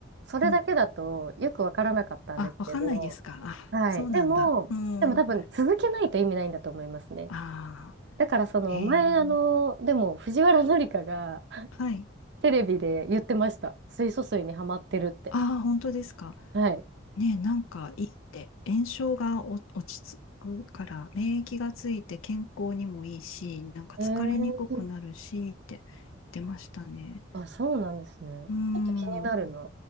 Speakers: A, on the right; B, on the left.
A: それだけだとよくわからなかったんですけど、
B: うん。あ、わかんないですか。あ、
A: はい。
B: そうなんだ。
A: でも、
B: うん。
A: でも多分、続けないと意味ないんだと思いますね。
B: ああ、
A: だから、その、
B: へえ。
A: 前、あの、でも、藤原紀香が <laughs>
B: はい。
A: テレビで言ってました。水素水にハマってるって。
B: ああ、本当ですか。
A: はい。
B: ね、なんかいいって、炎症がお落ち着くから、免疫がついて健康にもいいし、なんか疲れにくくなるしって言ってましたね。
A: えーあ、そうなんですね。
B: うーん、
A: ちょっと気になるな。